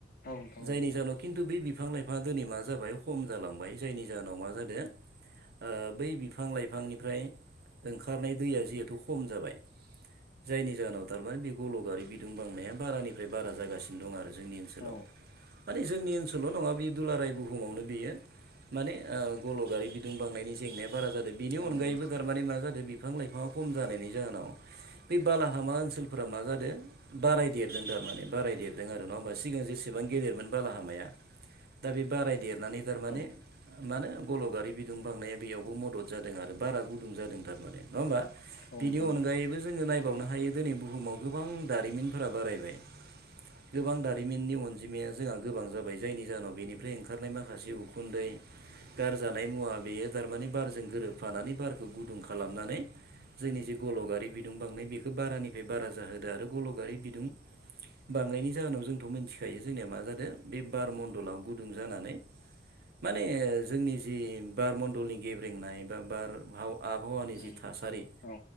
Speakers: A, on the left; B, on the right.
A: औ नोंथां
B: जायनि
A: औ
B: जाहोनाव खिन्थु बे बिफां लाइफाङा दिनै मा जाबाय हम जालांबाय जायनि जाहोनाव मा जादों। ओ बै बिफां लाइफांनिफ्राय ओंखारनाय दैया जिहेथु खम जाबाय। जायनि जाहोनाव थारमाने बे गल'गारि बिदुं बांनाया बारानिफ्राय बारा जागासिनो दं आरो जोंनि ओनसोलाव।
A: औ
B: माने जोंनि ओनसोल' नङा बे दुलाराय बुहुमावनो बियो। मानेह गल' गारि बिदुं बांनायनि जेंनाया बारा जादों। बिनि
A: औ
B: अनगायैबो
A: नोंथां
B: थारमाने मा जादों बिफां लाइफाङा खम जानायनि जाहोनाव। बे बालाहामा ओनसोलफोरा मा जादों। बाराय देरदों थारमाने बारायदेरदों आरो नङा होमबा सिगां जेसेबां गेदेरमोन बालाहामाया। दा बे बाराय देरनानै थारमाने।
A: औ
B: मानो गल'गारि बिदुं बांनाया बेयावबो मदद जादों आरो बारा गुदुं जादों थारमाने नङा होमबा।
A: औ
B: बिनि
A: नोंथां
B: अनगायैबो जोङो नायबावनो हायो दिनै बुहुमाव गोबां दारिमिनफोरा बारायबाय। गोबां दारिमिननि अनजिमाया जोंहा गोबां जाबाय जायनि जाहोनाव बेनिफ्राय ओंखारनाय माखासे उखुन्दै। गारजानाय मुवा बेयो थारमाने बारजों गोरोबफानानै बारखौ गुदुं खालामनानै। जोंनि जे गल गारि बिदुं बांनाय बेखौ बारानिफ्राय बारा जाहोदो आरो गलगारि बिदुं बांनायनि जाहोनाव जोंथ' मिथिखायो जोंनिया मा जादों बे बार मणडलाव गुदुं जानानै माने जोंनि जि बार मण्डलनि गेब्रेंनाय बा बार हाव आबहावानि
A: औ
B: जि थासारि
A: औ